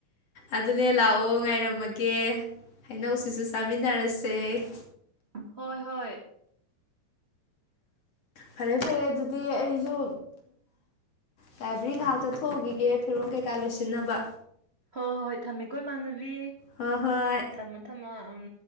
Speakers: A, on the left; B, on the right.
A: ꯑꯗꯨꯅꯦ ꯂꯥꯛꯑꯣ ꯉꯥꯏꯔꯝꯃꯒꯦ ꯍꯩꯅꯧꯁꯤꯁꯨ ꯆꯥꯃꯤꯟꯅꯔꯁꯦ
B: ꯍꯣꯏ ꯍꯣꯏ
A: ꯐꯔꯦ ꯐꯔꯦ ꯑꯗꯨꯗꯤ ꯑꯩꯁꯨ ꯂꯥꯏꯕ꯭ꯔꯦꯔꯤ ꯉꯥꯏꯍꯥꯛ ꯆꯠꯊꯣꯛꯎꯈꯤꯒꯦ ꯐꯤꯔꯣꯜ ꯀꯩꯀꯥ ꯂꯣꯏꯁꯤꯟꯅꯕ
B: ꯍꯣꯏ ꯍꯣꯏ ꯍꯣꯏ ꯊꯝꯃꯦꯀꯣ ꯏꯃꯥꯟꯅꯕꯤ
A: ꯍꯣꯏ ꯍꯣꯏ
B: ꯊꯝꯃꯣ ꯊꯝꯃꯣ ꯎꯝ